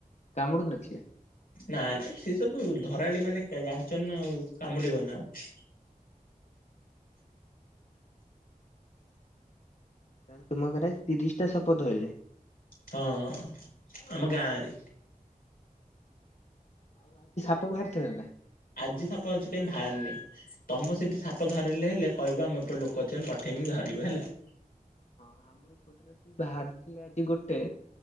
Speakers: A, on the left; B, on the left.
A: କାମଡ଼ୁ ନଥିଲେ।
B: ନା ସେ ସବୁ ଧରାଳି ମାନେ ଜାଣିଛନି ନାଁ ଆଉ କାମୁଡିବନା ଆଉ।
A: ତାହେଲେ ତୁମ ଘରେ ଆଜି ତିରିଶ ଟା ସାପ ଧଇଲେ।
B: ହଁ ଆମ ଗାଁରେ।
A: ତାକୁ ହାରିଥିଲେ ନାଁ।
B: ଆଜି ସାପ ଅଛି କାଇହିଁ ବାହାରନି ତମ ସେଠି ସାପ ଧରିଲେ ହେଲେ କହିବ ଆମ ଏପଟେ ଲୋକ ଅଛନ୍ତି ପଠେଇମି ଧର। ପିବା ହେଲା
A: ହ ହଁ ଆମ ଏପଟରେ ବାହାର ଥିଲେ ଆଜି ଗୋଟେ